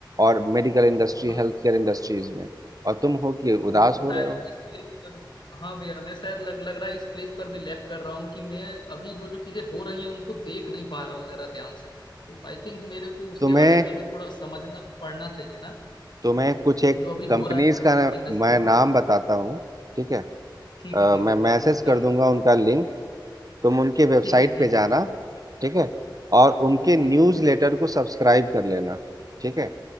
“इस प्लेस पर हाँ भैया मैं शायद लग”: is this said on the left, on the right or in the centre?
Left